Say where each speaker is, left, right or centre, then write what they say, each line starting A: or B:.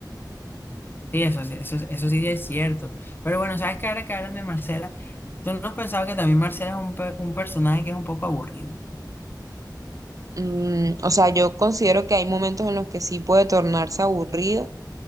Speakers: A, on the left; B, on the right.
A: Sí, eso, sí- eso, eso sí es cierto. Pero bueno, ¿sabes qué? Ahora que hablan de Marcela, ¿tú no has pensado que también Marcela es un, pe- un personaje que es un poco aburrido?
B: Mm, o sea, yo considero que hay momentos en los que sí puede tornarse aburrido